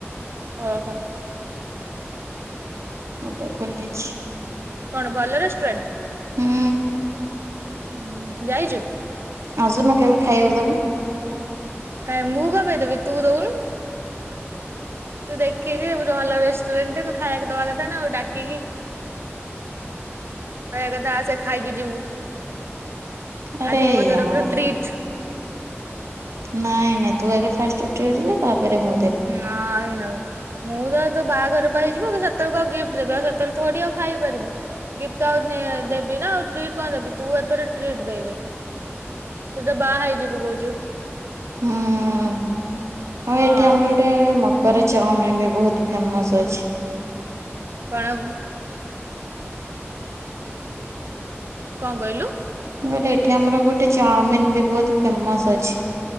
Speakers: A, on the right; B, on the right.
A: ଅହ
B: ଗୋଟେ ଖୋଲିଛି।
A: କଣ ଭଲ ରେଷ୍ଟୁରାଣ୍ଟ?
B: ହୁଁ।
A: ହୁଁ ହୁଁ ଯାଇଚୁ?
B: ଆସୁନୁ କେବେ ଖାଇଆକୁ ଦବୁ?
A: କାଇଁ ମୁଁ କଅଁପାଇଁ ଦେବି ତୁ ଦଉନୁ ତୁ ଦେଖିକି ରଲ ରେଷ୍ଟୁରାଣ୍ଟରେ ତୁ ଖାଇଆକୁ ଦବାକଥାନା ଆଉ ଡାକିକି କହିବା କଥା ଆସେ ଖାଇକି ଯିବୁ।
B: ଆରେ
A: ଆଜି ମୋ
B: ୟାର
A: ତରଫରୁ ଟ୍ରିଟ୍।
B: ନାଇଁ ନାଇଁ ତୁ ଆଗେ ଫାଷ୍ଟ ଟ୍ରିଟିଦେ ତାପରେ ମୁଁ ଦେବି।
A: ନାଇଁ ନାହିଁ। ମୁଁତ ତୋ ବାହାଘରପା ହେଇଯିବ ସେତେବେଳକୁ ଆଉ ଗିଫ୍ଟ ଦେବି ଆଉ ସେତେବେଳେ ଥୋଡି ଆଉ ଖାଇପାରିବୁ। ଗିଫ୍ଟ ଆଉ ନେ ଦେବିନା ଆଉ ଟ୍ରିଟ୍ କଣ ଦେବି ତୁଏଥର ଟ୍ରିଟ୍ ଦେଇଦେ। ତୁତ ବାହା ହେଇଯିବୁ କହୁଛୁ।
B: ହଁ ହଁ ଆଉ
A: ହଁ
B: ଏଠି ଆମର ଗୋଟେ ମ କରେ ଚାମିନି ବହୁତ ଫେମସ୍ ଅଛି।
A: କଣ କି? କଣ କହିଲୁ?
B: ମୁଁ କହିଲି ଏଠି ଆମର ଗୋଟେ ଚାଉମିନ ବି ବହୁତ ଫେମସ୍ ଅଛି।